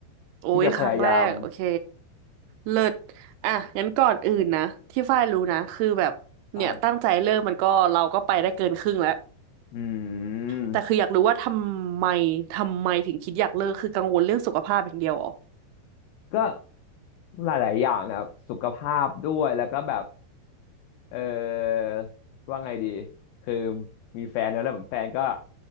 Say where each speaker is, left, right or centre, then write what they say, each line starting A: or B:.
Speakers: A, on the right; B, on the left.
A: โอ้ยครั้งแรกโอเค
B: ที่จะพยายาม
A: เลิศอ่ะงั้นก่อนอื่นนะ ที่ฝ้ายรู้นะ คือแบบเนี่ยตั้งใจเริ่มมันก็เราก็ไปได้เกินครึ่งแล้ว
B: ครับอืม
A: แต่คืออยากรู้ว่าทำไมทำไมถึงคิดอยากเลิกคือกังวลเรื่องสุขภาพอย่างเดียวเหรอ
B: ก็หลายๆอย่างนะครับสุขภาพด้วยแล้วก็แบบเออว่าไงดีคือมีแฟนแล้วแล้วแฟนก็